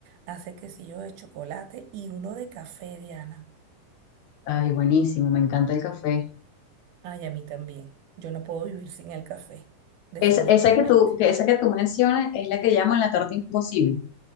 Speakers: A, on the right; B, on the left.
A: hace el quesillo de chocolate y uno de café, Diana.
B: Ay, buenísimo, me encanta el café.
A: Ay, a mí también. Yo no puedo vivir sin el café, definitivamente.
B: Es, esa que tú, que esa que tú mencionas es la que llaman la torta imposible.